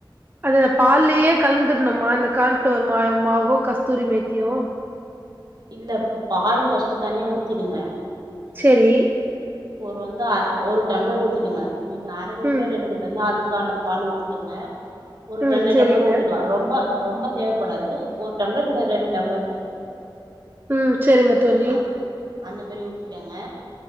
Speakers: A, on the right (about 25°); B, on the right (about 55°).
A: அது பால்லேயே கலந்துடணுமா அந்த கான்பிளவர் மா-மாவு கஸ்தூரி மேத்தியு
B: இல்ல பால் ஃபஸ்ட் தனியா ஊத்திடுங்க
A: செரி
B: ஒரு வந்து ஒரு டம்ளர் ஊத்திங்கங்க நீங்க அரை லிட்டர்
A: ம்
B: எடுக்கறதந்தா அதுக் க்கான பால் ஊத்துக்கங்க ஒரு
A: ம்
B: ரெண்டுடம்ளர்
A: செரிங்க
B: ஊத்திக்கிலா ரொம்ப ரொம்ப தேவப்படாது ஒரு டம்ளர் இல்ல ரெண்டு டம்ளர்
A: உம் செரிங்க தோழி
B: அந் அந்த மேரி ஊத்திக்கங்க